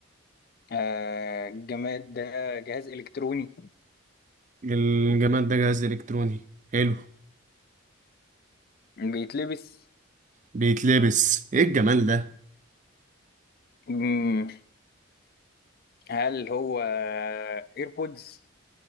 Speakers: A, on the left; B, on the right.
A: آه الجماد ده جهاز الكتروني
B: الجماد ده جهاز إلكتروني حلو
A: بيتلبس
B: بيتلبس إيه الجمال ده
A: مم. هل هو ايربودز؟